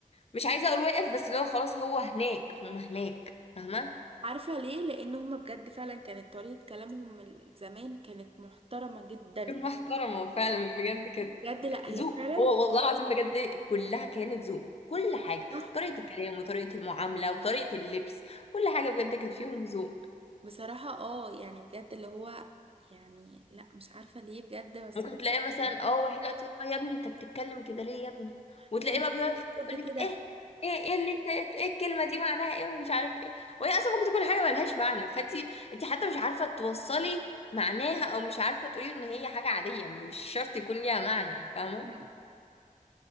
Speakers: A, on the left; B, on the right.
A: مش عايزة اقول واقف بس لو خلاص هو هناك هما هناك فاهمة
B: عارفة ليه؟ لأن هما بجد فعلا كانت طريقة كلامهم من زمان كانت محترمة جدا
A: كانت محترمة فعلا بجد كانت
B: بجد لأ
A: ذوق
B: هي فعلا
A: هو والله العظيم بجد كلها كانت ذوق كل حاجة
B: صح.
A: طريقة الكلام وطريقة المعاملة وطريقة اللبس كل حاجة بجد كانت فيهم ذوق
B: بصراحة اه يعني بجد اللي هو يعني لأ مش عارفة ليه بجد بس
A: ممكن
B: اللي
A: تلاقي مثلا اه
B: هو
A: واحد دلوقتي يقول لها يا ابني انت بتتكلم كده ليه يا ابني
B: <laughs>
A: وتلاقيه
B: هو حسيت
A: بقى بيقعد يقول
B: ضد كده
A: لك ايه ايه ايه اللي انت ايه الكلمه دي معناها ايه ومش عارف ايه وهي اصلا ممكن تكون حاجه ملهاش معنى فانت انت حتى مش عارفه توصلي معناها او مش عارفه تقولي ان هي حاجه عاديه مش شرط يكون ليها معنى فاهمه
B: أيوه